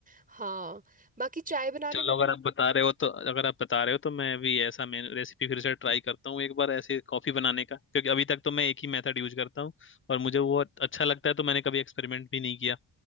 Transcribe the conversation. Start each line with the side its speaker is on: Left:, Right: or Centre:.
Right: हाँ बाकी चाय बनाने
Left: चलो
Right: में मेरे
Left: अगर आप
Right: को
Left: बता रहे हो तो अगर आप बता रहे हो तो मैं भी ऐसा मेन रेसिपी फिर से ट्राई करता हूँ एक बार ऐसे कॉफी बनाने का क्योंकि अभी तक तो मैं एक ही मेथड यूज करता हूँ और मुझे वो अच्छा लगता है तो मैंने कभी एक्सपेरिमेंट भी नहीं किया